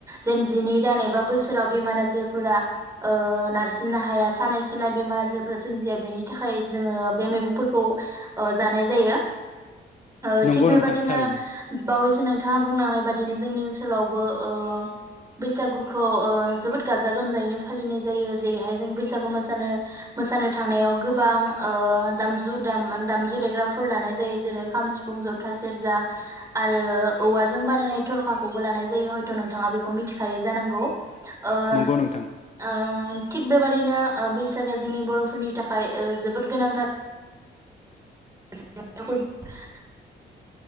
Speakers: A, on the right (about 15°); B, on the left (about 35°).
A: जेन जिनै दान एबा बोसोराव बेमार आजार फोरा ओ नारसिननो हाया, सानाय सुनाय बेमार आजार फोरा सोमजिया बेनि थाखाय जोङो बे मैगं फोरखौ ओ जानाय जायो। ओ
B: नंगौ
A: थिग बेबादिनो
B: नोंथां थारैनो
A: बावैसो बिथाङा बुंलांनाय बादिनो जोंनि ओनसोलावबो ओ बैसागुखौ ओ जोबोद गाजा गोमजायैनो फालिनाय जायो जेरैहाय जों बैसागु मोसानो मोसानो थांनायाव गोबां ओ दामजु दाम दामजु देग्राफोर लानाय जायो जेरै खाम, सिफुं, जथा, सेरजा आरो औवाजों बानायनाय थरखा खौबो लानाय जायो हयथ' नोंथाङा बेखौ <unintelligible> थिखायो जानांगौ। ओ
B: नंगौ नोंथां
A: ओ थिग बेबादिनो ओ बैसागआ जोंनि बर'फोरनि थाखाय ओ जोबोद गोनांथार <unintelligible>